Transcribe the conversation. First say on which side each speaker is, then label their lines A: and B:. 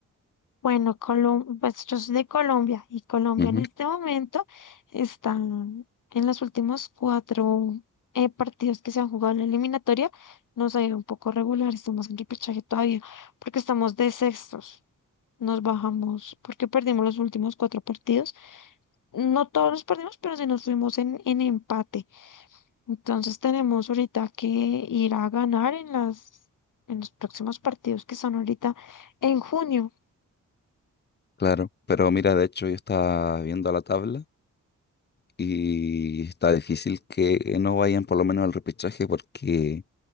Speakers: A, on the left; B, on the left.
A: Bueno, Colom- pues yo soy de Colombia y Colombia
B: Ujú.
A: en este momento está en los últimos cuatro eh, partidos que se han jugado en la eliminatoria. Nos ha ido un poco regular, estamos en repechaje todavía porque estamos de sextos. Nos bajamos porque perdimos los últimos cuatro partidos. No todos los perdimos, pero sí nos fuimos en, en empate. Entonces tenemos ahorita que ir a ganar en las, en los próximos partidos que son ahorita en junio.
B: Claro, pero mira, de hecho yo estaba viendo la tabla y está difícil que no vayan por lo menos al repechaje porque